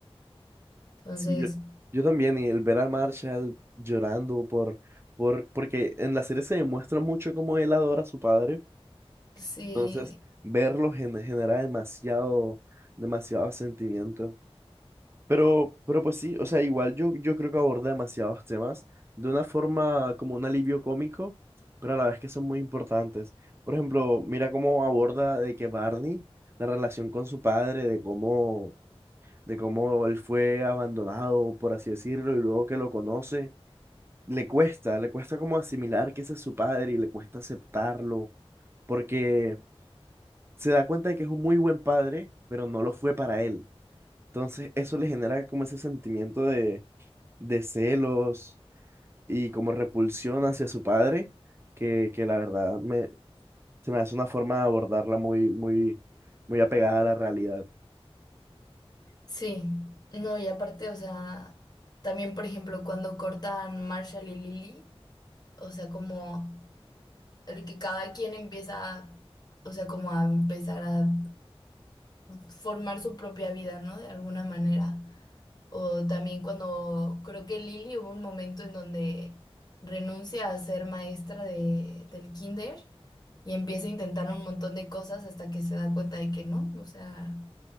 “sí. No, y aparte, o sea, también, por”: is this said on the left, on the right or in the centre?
Left